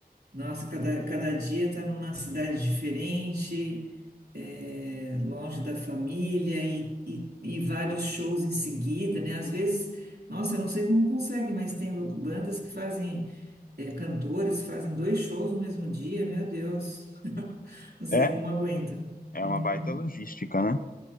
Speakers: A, on the right (about 80°); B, on the left (about 60°).
A: Nossa, cada, cada dia está numa cidade diferente, é, longe da família e, e, e vários shows em seguida, né? Às vezes, nossa, eu não sei como consegue, mas tem lu- bandas que fazem, é, cantores fazem dois shows no mesmo dia, meu Deus, <laughs> não sei
B: É,
A: como aguenta.
B: é
A: Uhum,
B: uma baita logística, né?